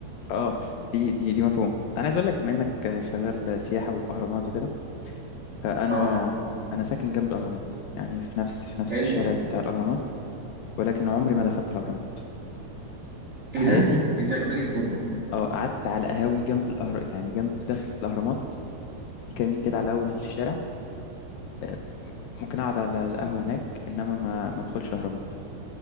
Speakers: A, on the left; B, on the right.
A: اه دي دي دي مفهوم انا عايز اقول لك بما انك شغال سياحه واهرامات وكده فانا
B: اه
A: انا ساكن جنب الاهرامات يعني في نفس في نفس
B: حلو
A: الشارع بتاع الاهرامات ولكن عمري ما دخلت الاهرامات في
B: ايه
A: حياتي
B: ده حاجه غريبه جدا
A: اه قعدت على قهاوي جنب الاهرام يعني جنب دخلة الاهرامات في كمين كده على اول الشارع آه، ممكن اقعد على القهوه هناك انما ما ما ادخلش الاهرامات